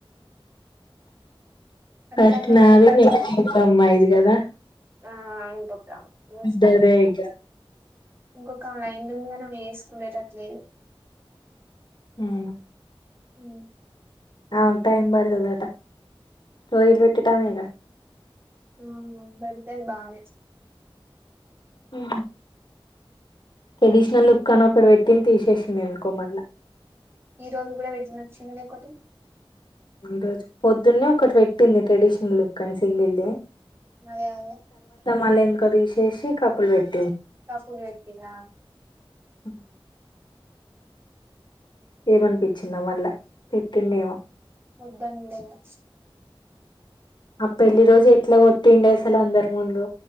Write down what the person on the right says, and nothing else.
అట్లా
అనొద్దు
ఆ ఇంకొక
ఇంకొకమే లైన్లుంది గానీ ఆమె చేసుకునేటట్లు లేదు
ఊ
ఆ బెడతది బానే
ఈ రోజు కూడా వెజ్ నచ్చింద నికోటి
అదే అదే
కప్పులు పెట్టిర్ర
ఒద్దండేమో